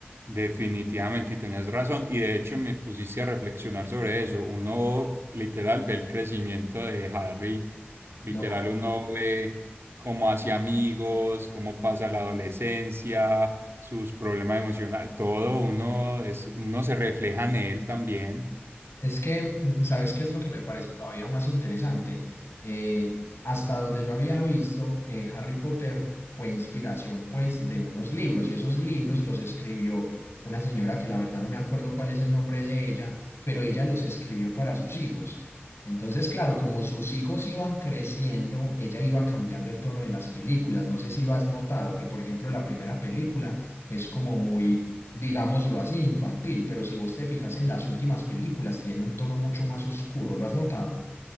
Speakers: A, on the right; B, on the left.
A: Definitivamente, y tenés razón, y de hecho me pusiste a reflexionar sobre eso. Uno literal ve el crecimiento de Harry, literal
B: No,
A: uno ve cómo hace amigos, cómo pasa la adolescencia, sus problemas emocionales, todo uno es, uno se refleja en él también.
B: es que, mm, ¿sabes qué es lo que me parece todavía más interesante? Eh, hasta donde yo había visto, eh, Harry Potter fue inspiración pues de unos libros y esos libros los escribió una señora que la verdad no me acuerdo cuál es el nombre de ella, pero ella los escribió para sus hijos. Entonces, claro, como sus hijos iban creciendo, ella iba cambiando el tono de las películas. No sé si lo has notado, que por ejemplo la primera película es como muy digámoslo así, infantil, pero si vos te fijas en las últimas películas, tiene un tono mucho más oscuro, ¿lo has notado?